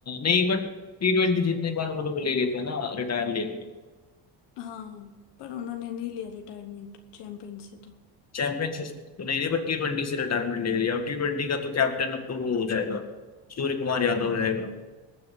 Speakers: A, on the left; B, on the left.
A: नहीं बट टी ट्वेंटी जीतने के बाद वो लोग ले लिए थे ना रिटायर ले लिए
B: हाँ पर उन्होंने नहीं लिया रिटायरमेंट चैंपियन से तो
A: चैंपियनशिप तो नहीं रही बट टी ट्वेंटी से रिटायरमेंट ले लिया और टी ट्वेंटी का तो कैप्टन अब तो वो हो जाएगा सूर्य कुमार
B: हम्म
A: यादव हो जाएगा